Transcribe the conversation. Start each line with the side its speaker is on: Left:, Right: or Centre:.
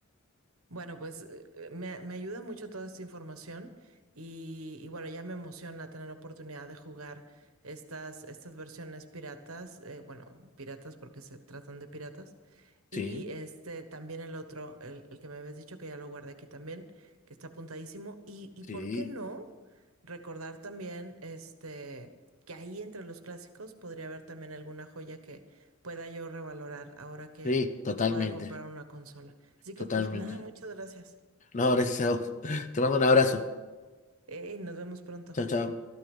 Right: Bueno, pues eh, eh, me, me ayuda mucho toda esta información y, y bueno, ya me emociona tener la oportunidad de jugar estas, estas versiones piratas, eh, bueno, piratas porque se tratan de piratas.
Left: Sí,
Right: Y este también el otro, el, el que me habías dicho que ya lo guardé aquí también, que está apuntadísimo. Y, y
Left: sí,
Right: por qué no recordar también este que ahí entre los clásicos podría haber también alguna joya que pueda yo revalorar ahora que,
Left: sí, totalmente,
Right: que pueda comprar una consola. Así
Left: totalmente.
Right: que pues nada, muchas gracias.
Left: No, gracias a vos. <laughs> Te mando un abrazo.
Right: Ey, nos vemos pronto.
Left: Chao, chao.